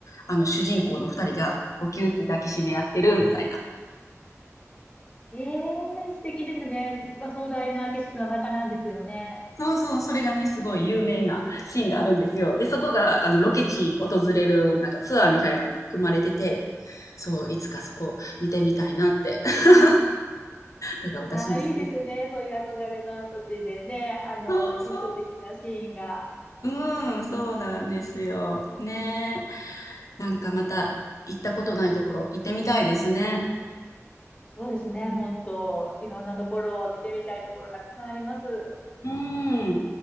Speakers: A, on the left; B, on the left.
A: あの、主人公の二人がこうギュって抱きしめ合ってるみたいな。
B: えー素敵ですね。まあ、壮大な景色の中なんですよね。
A: そうそうそう、それがね、すごい有名なシーンがあるんですよ。で、そこが、あの、ロケ地訪れる、なんかツアーみたいなのも組まれてて、そう、いつかそこ見てみたいなって。<laughs> だから私もスイス。
B: ああ、いいですね。そういう憧れの土地でね、あの、
A: そうそ
B: 印象的なシーンが。
A: う。うん、そうなんですよ。ねえ。なんかまた行ったことないところ行ってみたいですね。
B: そうですね。もっといろんなところを見てみたいところたくさんあります。
A: うん。